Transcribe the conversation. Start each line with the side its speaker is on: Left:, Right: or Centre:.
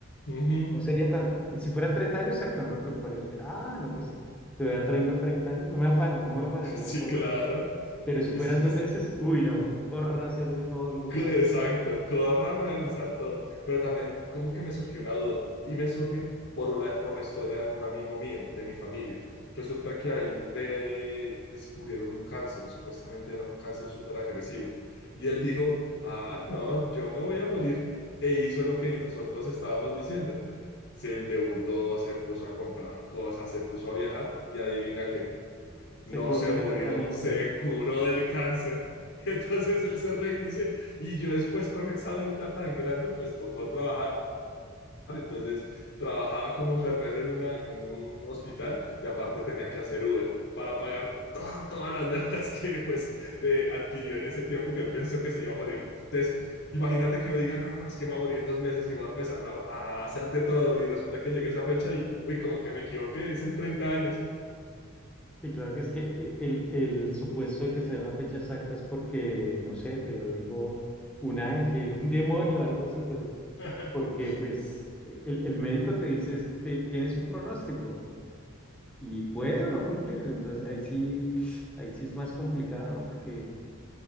Left: Ujú. <laughs>
Centre: no sería tan... Si fuera 30 años, exacto, no me preocuparía. Yo diría, ah, no, pues todavía tengo 30 años, no me afano, no me afanaría
Left: Sí,
Centre: por...
Left: claro.
Centre: Pero si
Left: Es
Centre: fueran
Left: que, que
Centre: dos
Left: es-
Centre: meses, uy, no, corra a hacer de todo lo que
Left: <laughs>
Centre: pueda.
Left: Exacto, corra organizar todo. Pero también como que me surgió una duda y me surge por, la por la historia de un amigo mío, de mi familia. Resulta que a él le descubrieron un cáncer y supuestamente era un cáncer súper agresivo. Y él dijo, ah, no, yo me voy a morir. E hizo lo que nosotros estábamos diciendo. Se endeudó, se puso a comprar cosas, se puso a viajar y adivina qué
Centre: Se
Left: no
Centre: curó
Left: se
Centre: milagrosamente.
Left: murió, se curó del cáncer. <laughs> Y entonces él se rey dice, y yo después con esa deuda tan grande, pues tocó trabajar. Entonces trabajaba como enfermero en, una, en un hospital y aparte tenía que hacer Uber para pagar toda, todas las <laughs> deudas que pues eh, adquirió en ese tiempo que él pensó que se iba a morir. Entonces, imagínate que uno diga, no, no, no, es que me voy a morir en dos meses y voy a empezar a, a hacer de todo y resulta que llegue esa fecha y, uy, como que me equivoqué, es en treinta años.
Centre: Y claro que es que e- el, el supuesto de que sea una fecha exacta es porque, no sé, te lo dijo un ángel, <laughs> un demonio, algo así, pero
Left: <laughs>
Centre: porque pues e, el, el médico te dice, "Este, tienes un pronóstico. y puede o no cumplirse. Entonces ahí sí, ahí sí es más complicado, ¿no? Porque,